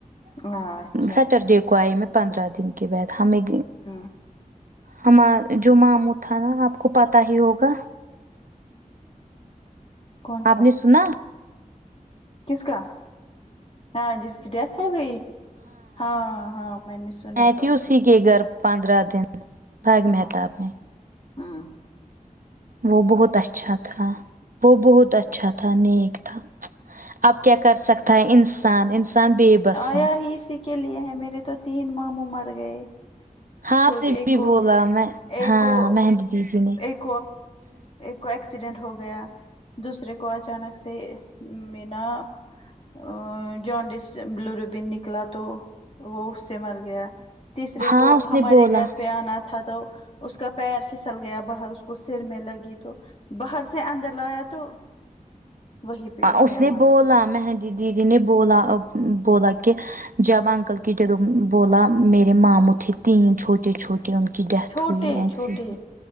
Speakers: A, on the left; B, on the right.
A: ہاں اچھا
B: سٹرڈے کو آئے میں پندرہ دن کے بعد ہمیں
A: ہوں
B: ہمار جو مامو تھا نا آپ کو پتہ ہی ہوگا
A: کون
B: آپ
A: سا
B: نے سنا
A: کس کا ہاں جس کی ڈیتھ ہو گئی ہاں ہاں میں نے سنا
B: میں
A: پرسوں
B: تھی اسی
A: ہی
B: کے گھر پندرہ دن باغ
A: ہاں
B: مہتاب میں
A: ہمم
B: وہ بہت اچھا تھا وہ بہت اچھا تھا نیک تھا اب کیا کر سکتا ہے انسان انسان بے بس
A: آیا
B: ہیں
A: ہی اسی کے لیے ہے میرے تو تین ماموں مر گئے
B: ہاں
A: چھوٹی
B: اسے
A: ایک
B: بھی
A: وہ
B: بولا میں
A: ایک
B: ہاں
A: وہ
B: مہندی دیدی نے
A: ایک کو ایکسیڈینٹ ہو گیا دوسرے کو اچانک سے میں نا ا جوانڈس بلو ریبن نکلا تو وہ اس سے مر گیا تیسرے
B: ہاں
A: کو
B: اس
A: ہمارے
B: نے بولا
A: گھر پہ آنا تھا تو اس کا پیر پھسل گیا باہر اس کو سر میں لگی تو باہر سے اندر لایا تو وہی پہ
B: اس
A: امانت
B: نے بولا
A: دیا
B: میھک جیجی نے بولا بولا کہ جب انکل کی ڈ بولا میرے مامو کے تین چھوٹے چھوٹے ان کے ان کی ڈیتھ
A: چھوٹے
B: ہوئی ایسی
A: چھوٹے
B: ہی